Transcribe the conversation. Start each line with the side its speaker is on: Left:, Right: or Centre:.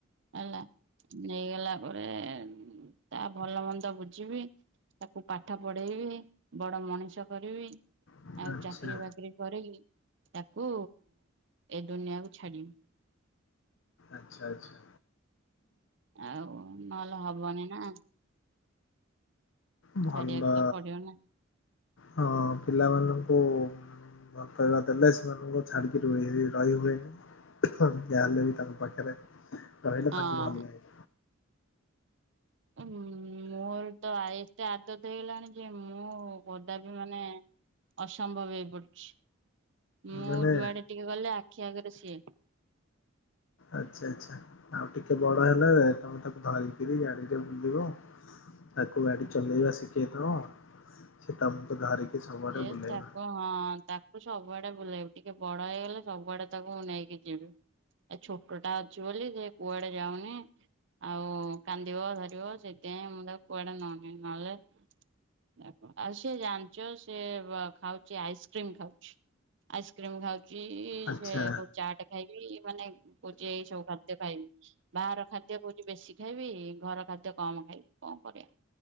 Right: ହେଲା। ନେଇଗଲା ପରେ ଉଁ ତା ଭଲ ମନ୍ଦ ବୁଝିବି। ତାକୁ ପାଠ ପଢେଇବି ବଡ ମଣିଷ କରିବି
Left: ଆଚ୍ଛା
Right: ଆଉ ଚାକିରୀ ବାକିରି କରେଇ। କୁ ଏ ଦୁନିଆକୁୁ ଛାଡିବି।
Left: ଆଚ୍ଛା ଆଚ୍ଛା।
Right: ଆଉ ନହେଲେ ହବନି ନା।
Left: ଭଲ
Right: ଛାଡିବାକୁ ତ ପଡିବ ନା
Left: ହଁ ପିଲାମାନଙ୍କୁ। ଭଲ ପାଇବା ଦେଲେ ସେମାନଙ୍କୁ ଛାଡ଼ିକି ରୁହି ରହି ହୁଏନି। ହଁ ଯାହା ହେଲେ ବି ତାଙ୍କ ପାଖରେ ରହିଲେ ତାଙ୍କୁ
Right: ହଁ
Left: ଭଲ ଲାଗେ।
Right: ଉଁ ମୋର ତ ଆ ଏତେ ଆଦତ ହେଇଗଲାଣି ଯେ ମୁଁ କଦାପି ମାନେ। ଅସମ୍ଭବ ହେଇ ପଡୁଛି ମୁଁ
Left: ମାନେ
Right: ଯୁଆଡେ ଟିକେ ଗଲେ ଆଖି ଆଗରେ ସିଏ।
Left: ଆଚ୍ଛା ଆଚ୍ଛା ଆଉ ଟିକେ ବଡ ହେଲେ ତମେ ତାକୁ ଧରିକିରି ଗାଡିରେ ବୁଲିବ ଆଉ। ତାକୁ ଗାଡି ଚଲେଇବା ଶିଖେଇଦବ ସେ ତମକୁ ଧରିକି ସବୁଆଡେ
Right: ଏ
Left: ବୁଲେଇବ
Right: ଚା କଣ? ହଁ ତାକୁ ସବୁଆଡେ ବୁଲେଇବି ଟିକେ ବଡ ହେଇଗଲେ ସବୁଆଡେ ତାକୁ ମୁଁ ନେଇକି ଯିବି। ଏ ଛୋଟଟା ଅଛି ବୋଲି ସେ କୁଆଡେ ଯାଉନି। ଆଉ କାନ୍ଦିବ ଧରିବ ସେଥିପାଇଁ ମୁଁ ତାକୁ କୁଆଡେ ନଉନି ନହେଲେ ଦେଖ ଆଉ ସିଏ ଜାଣିଛ। ସେ ଖାଉଛି ଆଇସ୍କ୍ରିମ ଖାଉଛି ଆଇସ୍କ୍ରିମ ଖାଉଛି
Left: ଆଚ୍ଛା
Right: ସେ କ ଚାଟ ଖ ଖାଇକି ମାନେ ପୋଜି ଯାଇ ସବୁ ଖାଦ୍ୟ ଖାଇବି <unintelligible> ବାହାର ଖାଦ୍ୟ କହୁଛିି ବେଶୀ ଖାଇବି ଘର ଖାଦ୍ୟ କମ ଖାଇବି କଣ କରିବା।